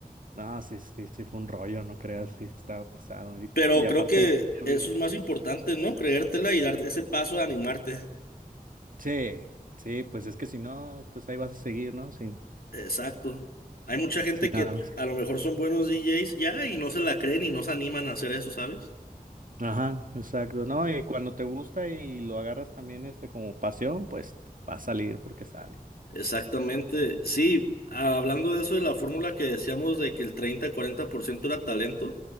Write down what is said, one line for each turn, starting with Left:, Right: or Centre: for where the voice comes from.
Right: No, sí, sí, sí fue un rollo, no creas, sí estaba pesado y,
Left: Pero
Right: y
Left: creo
Right: aparte
Left: que
Right: no tenía
Left: eso
Right: vida.
Left: es más importante, ¿no? Creértela y dar ese paso de animarte.
Right: Sí, sí, pues es que si no, pues ahí vas a seguir, ¿no? Sin,
Left: Exacto. Hay mucha gente
Right: sin
Left: que
Right: nada.
Left: a lo mejor son buenos DJs ya y no se la creen y no se animan a hacer eso, ¿sabes?
Right: Ajá, exacto, ¿no? Y cuando te gusta y lo agarras también este como pasión, pues va a salir porque sale.
Left: Exactamente. Sí, hablando de eso de la fórmula que decíamos de que el treinta cuarenta por ciento era talento,